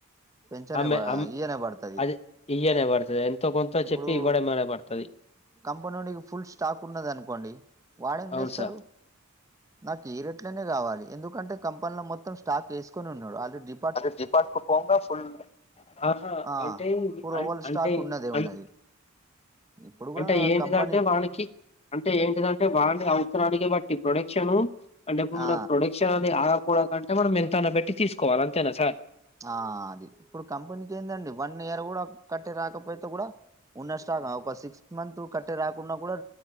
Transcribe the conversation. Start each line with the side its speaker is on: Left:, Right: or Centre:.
Right: పెంచనే
Left: ఆమె
Right: బ
Left: అమ్
Right: ఈయనే పడుతుది
Left: అది ఇయ్యనే పడుతది ఎంతో కొంత
Right: ఇప్పుడు
Left: చెప్పి ఇవ్వడమనే పడుతది
Right: కంపెనోడికి ఫుల్ స్టాక్ ఉన్నది అనుకోండి వాడేం
Left: అవును
Right: చేస్తడు
Left: సార్
Right: నాకు ఈ రెట్లనే కావాలి ఎందుకంటే కంపెనీలో మొత్తం స్టాక్ ఏసుకొని ఉన్నాడు ఆల్రెడీ
Left: అది డిపార్ట్కు పోంగా ఫుల్ ఆహా
Right: ఆ
Left: అంటే
Right: ఫోర్
Left: అన్
Right: ఓవర్
Left: అంటే
Right: స్టాక్ ఉన్నదే
Left: అన్
Right: ఉన్నది ఇప్పుడు కూడా
Left: అంటే ఏంటిదంటే
Right: కంపెనీకి
Left: వానికి అంటే ఏంటిదంటే వాళ్ళ అవసరానికి బట్టి ప్రొడక్షను అంటే ఇప్పుడు మనకి
Right: ఆ
Left: ప్రొడె క్షన్ అది ఆగకూడదు అంటే మనం ఎంతైనా పెట్టి తీసుకోవాలి అంతేనా సార్
Right: ఆ అది ఇప్పుడు కంపెనీకి ఏందండి వన్ ఇయర్ కూడా కట్టే రాకపోతే కూడా ఉన్న స్టాక్ ఆ ఒక సిక్స్ మంత్ కట్టే రాకున్నా కూడా